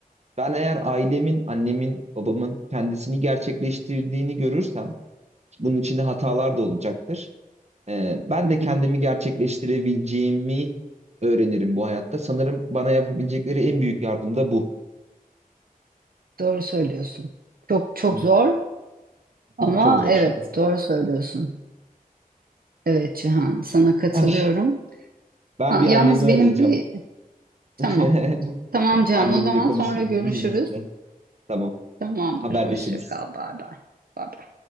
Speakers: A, on the right; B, on the right.
A: Ben eğer ailemin, annemin, babamın kendisini gerçekleştirdiğini görürsem, bunun içinde hatalar da olacaktır. E, ben
B: Hı
A: de
B: hı.
A: kendimi gerçekleştirebileceğimi öğrenirim bu hayatta. Sanırım bana yapabilecekleri en büyük yardım da bu.
B: Doğru söylüyorsun. Çok çok
A: Hı
B: zor ama
A: hı. Çok zor.
B: evet doğru söylüyorsun. Evet Cihan sana katılıyorum.
A: Ay. Ben
B: Ha,
A: bir
B: yalnız
A: annemi arayacağım.
B: benim bir
A: <laughs>
B: tamam. Tamam Cihan
A: Annemle
B: o zaman
A: konuşayım
B: sonra görüşürüz.
A: bunun Tamam.
B: Tamamdır.
A: Haberleşiriz.
B: Hoşça kal. Bay bay. Bay bay.